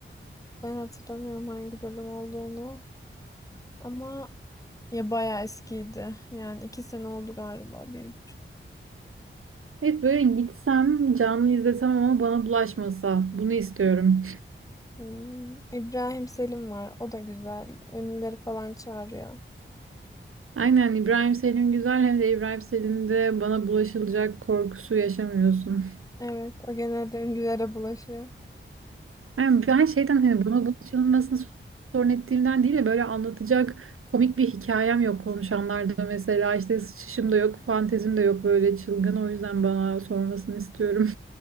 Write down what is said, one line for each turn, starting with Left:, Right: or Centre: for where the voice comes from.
Left: Ben hatırlamıyorum hangi bölüm olduğunu. Ama ya baya eskiydi. Yani iki sene oldu galiba bir buçuk.
Right: Evet böyle gitsem canlı izlesem ama bana bulaşmasa bunu istiyorum.
Left: Hmm, İbrahim Selim var. O da güzel. Ünlüleri falan çağırıyor.
Right: Aynen İbrahim Selim güzel hem de İbrahim Selim'de bana bulaşılacak korkusu yaşamıyorsun.
Left: Evet o genelde ünlülere bulaşıyor.
Right: Yani ben şeyden hani bana bulaşılmasını sorun ettiğimden değil de böyle anlatacak komik bir hikayem yok konuşanlarda mesela işte sıçışım da yok fantezim de yok böyle çılgın o yüzden bana sormasını istiyorum.